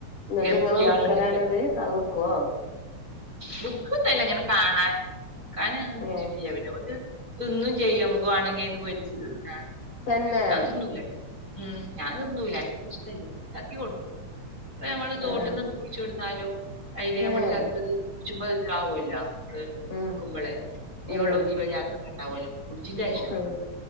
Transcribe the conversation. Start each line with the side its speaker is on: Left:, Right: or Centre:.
Left: എന്നിട്ട്
Right: ഗപ്പിയാളുണ്ട്
Left: ഇങ്ങള് വിക്കലാണത് അത് വിക്കുവോ?
Right: ബുക്കന്നല്ല ഇങ്ങനെ കാണാൻ <unintelligible>
Left: ഏഹ്
Right: പിന്നെ- തിന്നും ചെയ്യ നമുക്ക് വേണെങ്കിൽന്ന് പിരിച്ചു തിന്ന
Left: തന്നെ
Right: ഞാനതൊന്നുമല ഉ ഞതൊന്നുംല്ല ക്ക് ഇഷ്ട്ടല്ല. ചക്ക കൊടും അപ്പ നമ്മള് തോട്ടന്നൊക്കെ
Left: ആഹ്
Right: പുടിച്ചു വിടുന്നാലും അതില് നമ്മള്
Left: ഏഹ്
Right: ചത്തത്- ചുമ അവോല്ലേ
Left: ഉം
Right: എടുക്കുമ്പോളെ, ജീവെള്ളും
Left: ഉം
Right: ജീവാഅല്ലാത്തതും കുച്ചിന്റെ ആവശ്യം
Left: ഉം